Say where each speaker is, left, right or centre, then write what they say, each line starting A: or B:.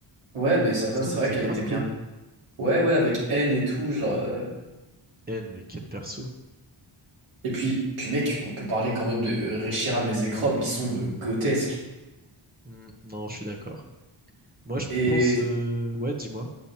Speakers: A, on the right; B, on the right.
A: Ouais, mais
B: Mais
A: ça
B: l'histoire
A: va, c'est
B: était
A: vrai qu'elle
B: grave
A: était
B: cool.
A: bien. Ouais, ouais, avec N et tout, genre... euh,
B: N mais quel perso.
A: Et puis, puis mec, on peut parler quand même de Reshiram et Zekrom qui sont euh, grotesques.
B: Hmm, non, je suis d'accord. Moi, je
A: Et
B: pense, euh, ouais, dis-moi.